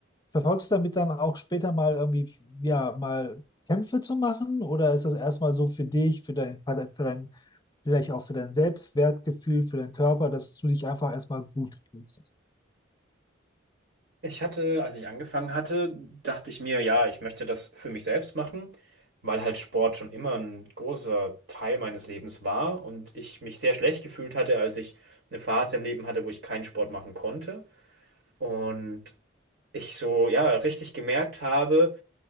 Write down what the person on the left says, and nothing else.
verfolgst du damit dann auch später mal irgendwie, ja, mal Kämpfe zu machen? Oder ist das erstmal so für dich, für dein, für dein, vielleicht auch für dein Selbstwertgefühl, für deinen Körper, dass du dich einfach erstmal gut fühlst?